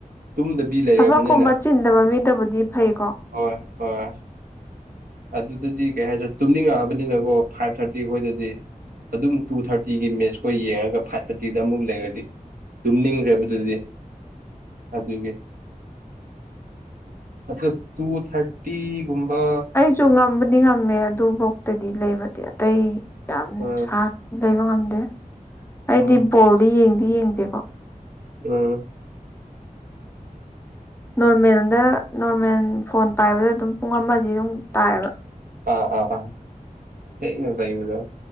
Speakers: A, on the right (about 75°); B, on the left (about 15°).
A: ꯇꯨꯝꯗꯕꯤ ꯂꯩꯔꯕꯅꯤꯅ
B: ꯊꯕꯛꯀꯨꯝꯕ ꯆꯤꯟꯗꯕ ꯃꯤꯗꯕꯨꯗꯤ ꯐꯩꯀꯣ
A: ꯍꯣꯏ ꯍꯣꯏ ꯑꯗꯨꯗꯗꯤ ꯀꯩ ꯍꯥꯏꯁ ꯇꯨꯝꯅꯤꯡꯉꯛꯑꯕꯅꯤꯅꯀꯣ ꯐꯥꯏꯚ ꯊꯥꯔꯇꯤ ꯑꯩꯈꯣꯏꯗꯗꯤ ꯑꯗꯨꯝ ꯇꯨ ꯊꯥꯔꯇꯤꯒꯤ ꯃꯦꯠꯁꯈꯣꯏ ꯌꯦꯡꯉꯒ ꯐꯥꯏꯚ ꯊꯥꯔꯇꯤꯗ ꯑꯃꯨꯛ ꯂꯩꯔꯗꯤ ꯇꯨꯝꯅꯤꯡꯈ꯭ꯔꯦꯕ ꯑꯗꯨꯗꯤ ꯑꯗꯨꯒꯤ
B: <unintelligible>
A: ꯑ ꯇꯨ ꯊꯥꯔꯇꯤꯒꯨꯝꯕ
B: ꯁꯨ ꯉꯝꯕꯗꯤ ꯉꯝꯃꯦ ꯑꯗꯨꯐꯥꯎꯇꯗꯤ ꯂꯩꯕꯗꯤ ꯑꯇꯩ ꯌꯥꯝ
A: ꯑ
B: ꯁꯥꯥꯡ ꯂꯩꯕ ꯉꯝꯗ ꯑꯩꯗꯤ
A: ꯎꯝ
B: ꯕꯣꯜꯗꯤ ꯌꯦꯡꯗꯤ ꯌꯦꯡꯗꯦꯀꯣ
A: ꯎꯝ
B: ꯅꯣꯔꯃꯦꯜꯗ ꯅꯣꯔꯃꯦꯜ ꯐꯣꯟ ꯄꯥꯏꯕꯗ ꯑꯗꯨꯝ ꯄꯨꯡ ꯑꯃꯗꯤ ꯑꯗꯨꯝ ꯇꯥꯏꯑꯕ
A: ꯑꯥ ꯑꯥ ꯑꯥ ꯅ ꯊꯗ